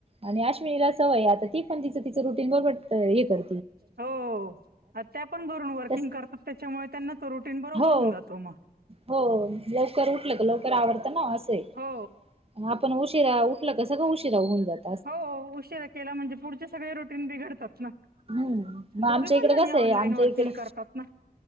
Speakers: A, on the right (about 40°); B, on the right (about 80°).
A: आणि अश्विनीला सवय आहे. आता ती पण तिचं तिचं रुटीन बरोबर हे कर
B: हो आता त्या पण घरून वर्किंग
A: तस
B: करतात त्याच्यामुळे त्यांना तो रुटीन बरोबर
A: हो
B: होऊन जातो मग.
A: हो लवकर उठलं तर लवकर आवरत ना असं आहे.
B: हो.
A: आप पण उशिरा उठला का, सगंळ उशिरा होऊन जातं.
B: हो उशीरा केलं म्हणजे पुढचे सगळे रुटीन बिघडतात ना.
A: हम्म मग
B: दोघे
A: आमच्या
B: पण
A: इकडे
B: जणी
A: कसं
B: ऑनलाईन
A: आहे आमच्या
B: वर्किंग
A: इकडे
B: करतात ना?